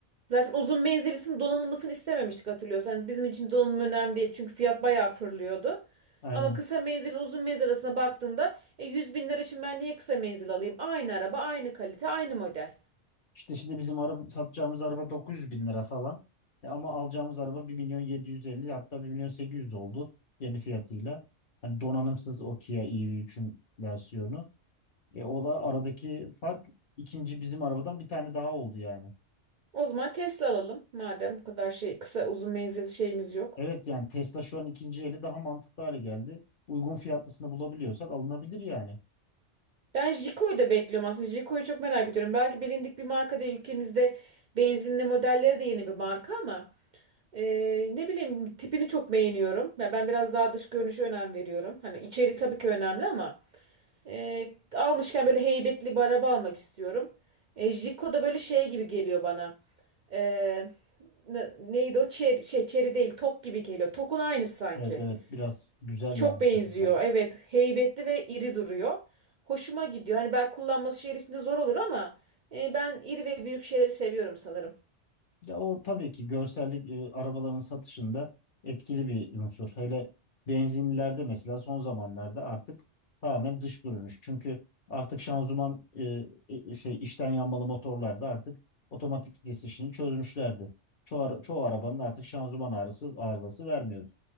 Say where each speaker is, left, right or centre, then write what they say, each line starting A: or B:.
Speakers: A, on the right; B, on the left.
A: Zaten uzun menzilisinin donanılmasını istememiştik hatırlıyorsan. Yani bizim için donanım önemli değil çünkü fiyat bayağı fırlıyordu.
B: Aynen.
A: Ama kısa menzil uzun menzil arasına baktığında e, 100 bin lira için ben niye kısa menzil alayım? Aynı araba, aynı kalite, aynı model.
B: İşte şimdi bizim araba, satacağımız araba 900 bin lira falan. E ama alacağımız araba bir milyon yedi yüz elli hatta bir milyon 800 oldu yeni fiyatıyla. Hani donanımsız o Kia E V üçün versiyonu. E o da aradaki fark ikinci bizim arabadan bir tane daha oldu yani.
A: O zaman Tesla alalım madem bu kadar şey kısa uzun menzil şeyimiz yok.
B: Evet yani Tesla şu an ikinci eli daha mantıklı hale geldi. Uygun fiyatlısını bulabiliyorsak alınabilir yani.
A: Ben Jiko'yu da bekliyorum aslında. Jiko'yu çok merak ediyorum. Belki bilindik bir marka değil. Ülkemizde benzinli modelleri de yeni bir marka ama e, ne bileyim tipini çok beğeniyorum. Ya ben biraz daha dış görünüşe önem veriyorum. Hani içeri tabii ki önemli ama e, almışken böyle heybetli bir araba almak istiyorum. E, Jiko da böyle şey gibi geliyor bana. E, ne- neydi o? Cherry, şey, Çeri değil. Tok gibi geliyor. Tokun aynısı sanki.
B: Evet evet biraz güzel
A: Çok
B: yani
A: benziyor.
B: şekilleri.
A: Evet, heybetli ve iri duruyor. Hoşuma gidiyor. Hani belki kullanması şehir içinde zor olur ama e, ben iri ve büyük şeyleri seviyorum sanırım.
B: Ya o tabii ki görsellik e, arabaların satışında etkili bir unsur. Hele benzinlilerde mesela son zamanlarda artık tamamen dış görünüş. Çünkü artık şanzıman e, e, e, şey içten yanmalı motorlarda artık otomatik vites işini çözmüşlerdi. Çoğu, ara- çoğu arabanın artık şanzıman ağrısı, arızası vermiyordu.